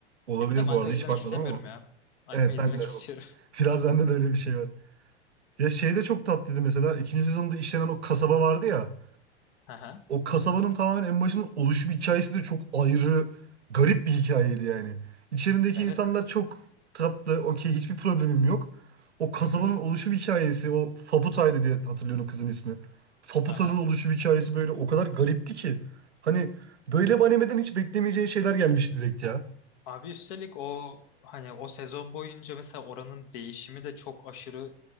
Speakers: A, on the right; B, on the left.
A: Olabilir
B: Ya bir de manga
A: bu arada
B: izlemek
A: hiç bakmadım
B: istemiyorum
A: ama.
B: ya. Anime
A: Evet
B: izlemek
A: ben de
B: <laughs> istiyorum.
A: <laughs> biraz bende de öyle bir şey var. Ya şey de çok tatlıydı mesela. ikinci sezonda işlenen o kasaba vardı ya.
B: Aha.
A: O kasabanın tamamen en başının oluşum hikayesi de çok ayrı, garip bir hikayeydi yani. İçerindeki
B: Evet.
A: insanlar çok tatlı, okey hiçbir problemim yok. O kasabanın
B: Hı hı.
A: oluşum hikayesi, o Faputa'ydı diye hatırlıyorum kızın ismi. Faputa'nın
B: Aha.
A: oluşum hikayesi böyle o kadar garipti ki. Hani böyle bir animeden hiç beklemeyeceğin şeyler gelmişti direkt ya.
B: Abi üstelik o hani o sezon boyunca mesela oranın değişimi de çok aşırı